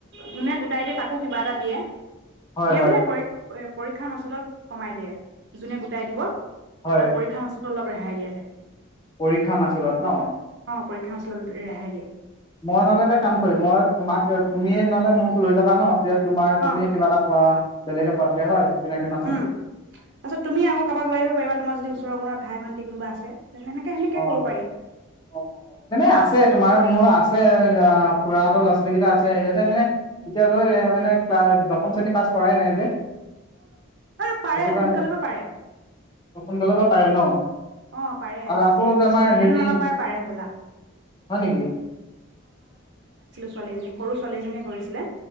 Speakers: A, on the right; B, on the left.
A: যোনে গোটাই দিয়ে তাকো কিবা এটা দিয়ে
B: হয়
A: দিয়া
B: হয়
A: মানে পই পৰীক্ষা মাচুলত কমাই দিয়ে যোনে গোটাই দিব
B: হয়
A: তাক পৰীক্ষা মাচুল অলপ ৰেহাই দিয়া যায়
B: পৰীক্ষা মাচুলত ন
A: অ পৰীক্ষা মাচুল ৰেহাই দিয়ে
B: মই নহ'লে এটা কাম কৰিম মই তোমাক তুমিয়ে নহ'লে মোক লৈ যাবা ন তে তোমাৰ তুমি
A: অ
B: কিবা এটা পোৱা বেলেগে পোৱা থাকে হয় চিনাকি মানুহ
A: উম তাৰপিছত তুমি আকৌ কাৰোবাক লৈ আহিব পাৰিবা তোমাৰ যদি ওচৰৰ কোনোবা ভাই ভণ্টী কোনোবা আছে তেনেকে সেনেকে
B: অ
A: কৰিব পাৰি
B: অ মানে আছে তোমাৰ মোৰ আছে তে খুৰাহঁতৰ ল'ৰা ছোৱালী কেইটা আছে ইয়াতে মানে এতিয়ালৈ মানে দশম শ্ৰেণী পাছ কৰাই নাই যে
A: অ পাৰে
B: সেইটো কাৰণে
A: সোনকালে পৰা পাৰে
B: সোনকালে পৰা পাৰে ন
A: অ পাৰে
B: আৰু
A: চিকচ
B: আকৌ আমাৰ
A: চেভেন
B: হেৰি
A: মানৰ পৰাই পাৰে চাগে
B: হয় নেকি
A: ছোৱালীএজনীয়ে কৰিছিলে